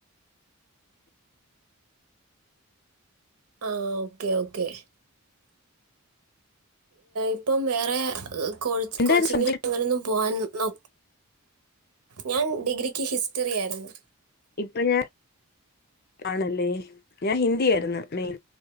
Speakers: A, on the right (about 80°); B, on the left (about 45°).
A: ആ ഓക്കെ ഓക്കേ. ഇപ്പം വേറെ കോ
B: എന്തായിരുന്നു
A: കോച്ചിങ്ങിൽ
B: സബ്ജക്ട്
A: അങ്ങനെൊന്നും പോകൻ നോ ഞാൻ ഡിഗ്രിക്ക് ഹിസ്റ്ററി ആയിരുന്നു
B: ഇപ്പൊ ഞാൻ കാണല്ലേ ഞാൻ ഹിന്ദി ആയിരുന്നു മെയിൻ